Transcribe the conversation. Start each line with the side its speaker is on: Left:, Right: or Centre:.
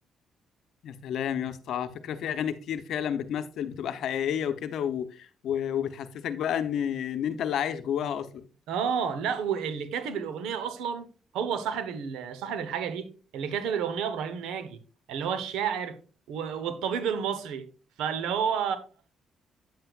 Left: يا سلام يا اسطى على فكره في اغاني كتير فعلا بتمثل بتبقى حقيقيه وكده و... و... وبتحسسك بقى ان ان انت اللي عايش جواها اصلا
Right: اه لا واللي كاتب الاغنيه اصلا هو صاحب ال- صاحب الحاجه دي اللي كاتب الاغنيه ابراهيم ناجي اللي هو الشاعر و- والطبيب المصري فاللي هو